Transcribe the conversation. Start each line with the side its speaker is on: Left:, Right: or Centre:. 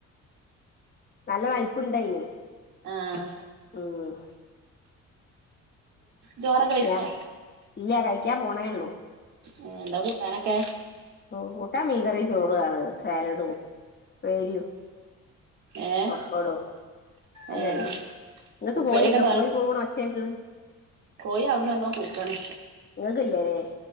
Left: നല്ല നയ്പുണ്ടയിന്
Right: ആഹ്
Left: ഉം
Right: ചോറൊക്കെ വെയ്ച്ചോ
Left: ഞാ ഇല്ല കഴിക്കാൻ പോണേള്ളൂ
Right: ഏഹ് എന്താ കൂട്ടാനൊക്കെ
Left: ഓ കൂട്ടാൻ മീങ്കറിം ചോറു ആണ് സാലഡും ഉപേരിയും
Right: ഏഹ്
Left: പപ്പടോ അനൊള്ളു
Right: ഏഹ്
Left: നിങ്ങൾക്ക്
Right: ഉപ്പേരിയൊക്കെ
Left: കോഴിണ്ടോ കോയി കൂവണ ഒച്ചേക്ക്ണ്
Right: പോയി അവുട്ന്നെട്ന്നോ കൂക്കാണ്
Left: നിങ്ങക്കില്ലേല്ലേ